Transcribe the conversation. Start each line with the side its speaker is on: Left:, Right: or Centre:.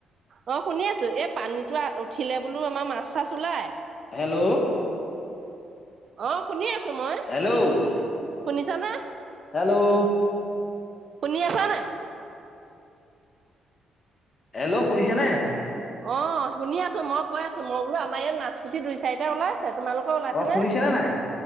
Right: অ' শুনি আছো, এই পানীটো উঠিলে বোলো আমাৰ মাছ-চাছ ওলাই।
Left: হেল্ল'ও
Right: অ' শুনি আছো মই
Left: হেল্ল'?
Right: শুনিছানে
Left: হেল্ল'ও
Right: শুনি আছা নাই?
Left: হেল্ল', শুনিছে নে?
Right: অ' শুনি আছোঁ। মই কৈ আছোঁ, মই বোলো আমাৰ ইয়াত মাছ- পুঠি দুই চাৰিটা ওলাইছে। তোমালোকৰ ওলাইছে
Left: অ
Right: নে?
Left: শুনিছেনে নাই